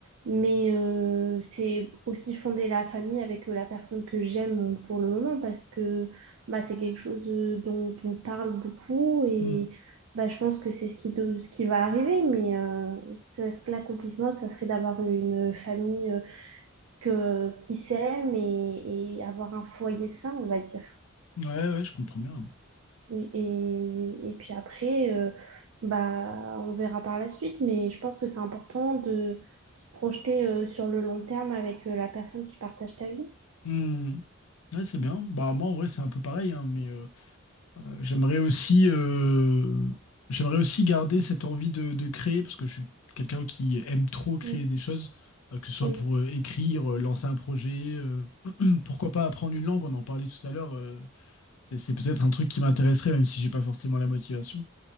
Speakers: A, on the right (about 80°); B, on the left (about 80°).
A: Mais euh, c'est aussi fonder la famille avec euh, la personne que j'aime euh, pour le moment parce que bah, c'est quelque chose euh, dont on parle beaucoup et
B: Mm.
A: bah, je pense que c'est ce qui, de- ce qui va arriver. Mais euh, ça- l'accomplissement, ça serait d'avoir une famille euh, que, qui s'aime et, et avoir un foyer sain, on va dire.
B: Ouais, ouais, je comprends bien.
A: Oui, Et, et puis après, euh, bah, on verra par la suite, mais je pense que c'est important de se projeter euh, sur le long terme avec euh, la personne qui partage ta vie.
B: Mm. Ouais, c'est bien. Bah moi en vrai c'est un peu pareil, hein, mais euh, Euh, J'aimerais aussi, euh, j'aimerais aussi garder cette envie de, de créer, parce que je suis quelqu'un qui aime trop créer
A: Mm.
B: des choses, euh, que ce soit
A: Oui,
B: pour euh, écrire, euh, lancer un projet, euh, <clears throat> pourquoi pas apprendre une langue, on en parlait tout à l'heure, euh, c'est c'est peut-être un truc qui m'intéresserait, même si j'ai pas forcément la motivation